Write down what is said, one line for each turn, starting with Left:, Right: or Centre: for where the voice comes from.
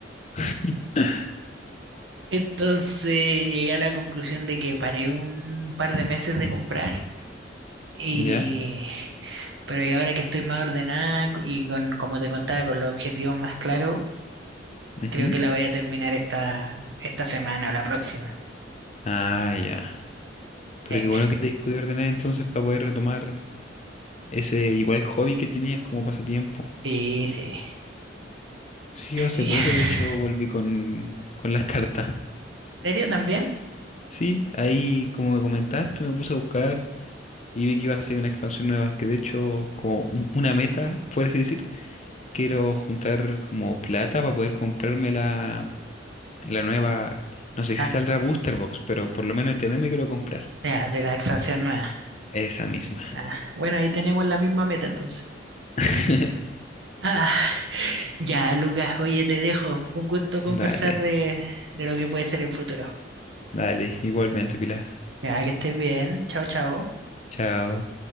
Left: <laughs>
Right: Entonces llegué a la conclusión de que paré un par de meses de comprar y
Left: ¿Ya?
Right: pero y ahora que estoy más ordenada co- y con como te contaba con los objetivos más claros,
Left: Ujú.
Right: creo que la voy a terminar esta esta semana o la próxima.
Left: Ah, ya. Pero
Right: Eh,
Left: qué bueno que te hayas podido ordenar entonces para poder retomar ese igual hobby que tenías como pasatiempo.
Right: sí, sí.
Left: Sí, yo hace
Right: Y-
Left: poco
Right: <laughs> ¿En
Left: de hecho volví con, con las <laughs> cartas.
Right: serio también?
Left: Sí, ahí como me comentaste me puse a buscar y vi que iba a ser una expansión nueva, que de hecho como un- una meta, por así decir, quiero juntar como plata para poder comprarme la, la nueva, no sé
Right: Ah,
Left: si saldrá Booster Box, pero por lo menos ETB me quiero comprar.
Right: ya, de la expansión nueva.
Left: Esa misma.
Right: Ah, bueno, ahí tenemos la misma meta entonces.
Left: <laughs>
Right: Ah, ya, Lucas, oye, te dejo. Fue un gusto conversar
Left: Dale,
Right: de, de lo que puede ser el futuro.
Left: dale, igualmente Pilar.
Right: Ya, que estés bien. Chao, chao.
Left: Chao.